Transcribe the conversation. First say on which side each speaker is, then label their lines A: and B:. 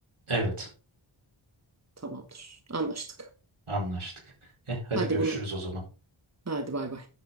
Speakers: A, on the right; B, on the right.
A: Evet,
B: Tamamdır. Anlaştık.
A: anlaştık. Eh, hadi
B: Hadi
A: görüşürüz
B: bunu.
A: o zaman.
B: Hadi bay bay.